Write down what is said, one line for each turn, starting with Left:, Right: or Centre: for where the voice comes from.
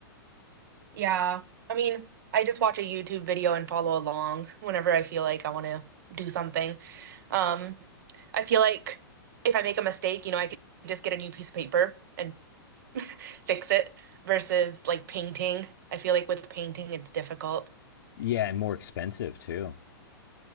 Right: Yeah. I mean, I just watch a YouTube video and follow along whenever I feel like I want to do something. Um, I feel like if I make a mistake, you know, I could just get a new piece of paper and <laughs> fix it versus like painting. I feel like with painting it's difficult.
Left: Yeah, and more expensive too.